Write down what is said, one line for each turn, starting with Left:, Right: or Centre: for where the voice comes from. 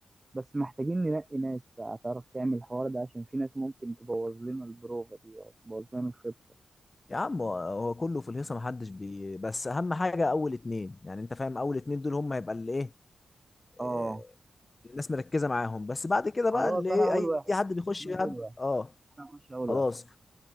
Right: بس محتاجين ننقي ناس بقى تعرف تعمل الحوار ده عشان في ناس ممكن تبوظ لنا البروفة دي أو تبوظ لنا الخطة
Left: يا عم هو كله في الهيصه محدش بي بس اهم حاجه اول اتنين يعني انت فاهم اول اتنين دول هم هيبقى اللي ايه
Right: أه
Left: آه، الناس مركزه معاهم بس بعد كده بقى
Right: خلاص
Left: اللي ايه
Right: أنا أول
Left: اي
Right: واحد
Left: حد بيخش
Right: أنا
Left: يهب
Right: أول واحد
Left: اه
Right: أنا هخش أول
Left: خلاص
Right: واحد